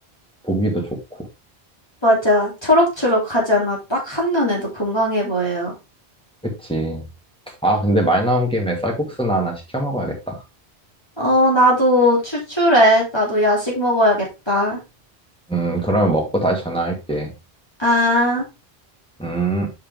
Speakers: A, in the centre; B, on the left.
A: 보기도 좋고.
B: 맞아 초록초록하잖아. 딱 한눈에도 건강해 보여요.
A: 그치. 아, 근데 말 나온 김에 쌀국수나 하나 시켜 먹어야겠다.
B: 어, 나도 출출해. 나도 야식 먹어야겠다.
A: 음, 그러면 먹고 다시 전화할게.
B: 아.
A: 음.